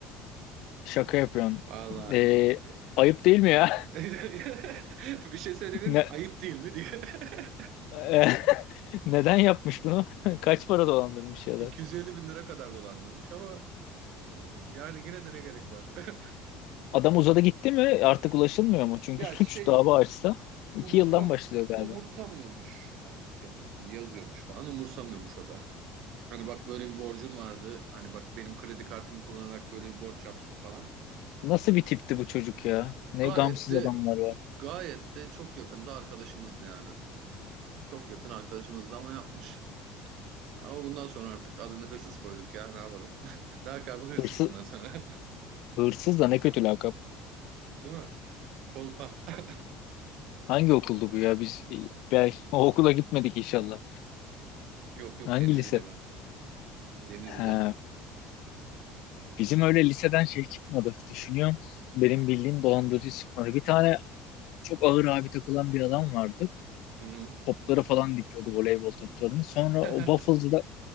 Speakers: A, on the left; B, on the right.
A: Şaka yapıyorsun.
B: <laughs> Vallahi
A: Ee,
B: e,
A: ayıp değil mi ya?
B: <laughs> bir şey söyleyebilir
A: <laughs>
B: miyim? Ayıp değil mi diye. <laughs>
A: Ne, <laughs> neden yapmış bunu? <laughs> Kaç para dolandırmış ya
B: 250
A: da?
B: bin lira kadar dolandırmış ama e, yani yine de ne gerek var? <laughs>
A: Adam uzadı gitti mi? Artık ulaşılmıyor mu? Çünkü
B: Ya
A: suç
B: şey
A: dava açsa iki
B: umursam
A: yıldan başlıyor galiba.
B: umursamıyormuş artık yani Hani yazıyormuş falan umursamıyormuş o da. Hani bak böyle bir borcun vardı. Hani bak benim kredi kartımı kullanarak böyle bir borç yaptım falan.
A: Nasıl bir tipti bu çocuk ya? Ne
B: Gayet
A: gamsız
B: de
A: adamlar var.
B: gayet de çok yakında arkadaşımızdı yani. Çok yakın arkadaşımızdı ama yapmış. Ama bundan sonra artık adını hırsız koyduk ya ne yapalım. <laughs> Lakabı hırsız
A: Hırsız,
B: bundan sonra.
A: hırsız da ne kötü lakap.
B: <laughs> Değil mi? Kolpa. <laughs>
A: Hangi okuldu bu ya? Biz e, belki o okula gitmedik inşallah.
B: Yok yok
A: Hangi
B: Denizli'de
A: lise?
B: bu. Denizli'de.
A: Ha, bizim öyle liseden şey çıkmadı. Düşünüyorum. Benim bildiğim dolandırıcı çıkmadı. Bir tane çok ağır abi takılan bir adam vardı.
B: Hı hı.
A: Topları falan dikiyordu voleybol toplarını. Sonra
B: <laughs>
A: o Waffle'cıda